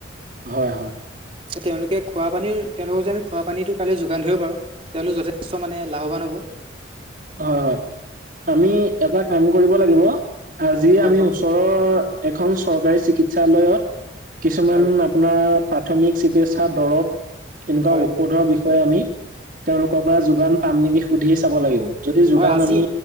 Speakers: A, on the right; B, on the right.
A: হয়, হয়।
B: তেওঁলোকে খোৱা পানীৰ তেওঁলোকৰ যে আমি খোৱা পানীতো কাইলৈ যোগান ধৰিব পাৰো। তেওঁলোক যথেষ্ট মানে লাভৱান হ'ব।
A: হয়, হয়, আমি এটা কাম কৰিব লাগিব। আজি
B: হয়
A: আমি
B: কওকচোন
A: ওচৰৰ এখন চৰকাৰী চিকিৎসালয়ত কিছুমান
B: হয়
A: আপ আপোনাৰ প্ৰাথমিক চিকিৎসা দ্ৰৱ এনেকুৱা
B: হয়
A: ঔষধৰ বিষয়ে আমি তেওঁলোকৰ পৰা যোগান পাম নেকি সুধি চাব লাগিব। যদি যোগান
B: হয় আজি
A: আমি